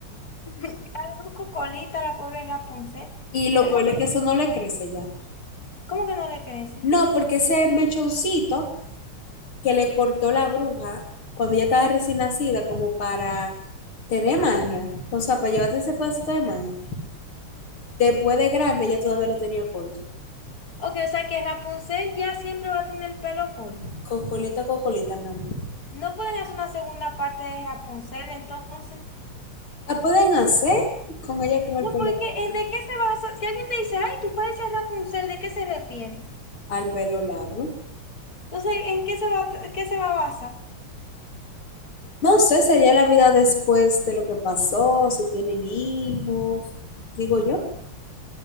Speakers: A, on the left; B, on the left.
A: <laughs> La Busco colita, la pobre Rapunzel.
B: Y lo
A: El
B: peor
A: Rapu-
B: es que eso no le crece ya.
A: ¿Cómo que no le crece?
B: No, porque ese mechoncito que le cortó la bruja cuando ella estaba recién nacida, como para tener magia, o sea, para llevarte ese pedacito de magia. Después de grande, ella todavía lo tenía corto.
A: Ok, o sea que Rapunzel ya siempre va a tener el pelo corto.
B: Cocolita, cocolita, mi amor.
A: No pueden hacer una segunda parte de Rapunzel entonces.
B: La pueden hacer con ella con
A: No,
B: el pelo
A: porque
B: corto,
A: ¿en ¿de qué se basa? Si alguien te dice, ay, tú pareces Rapunzel, ¿de qué se refiere?
B: al pelo largo.
A: Entonces, ¿en qué se va, qué se va a basar?
B: No sé, sería la vida después de lo que pasó, si tienen hijos, digo yo.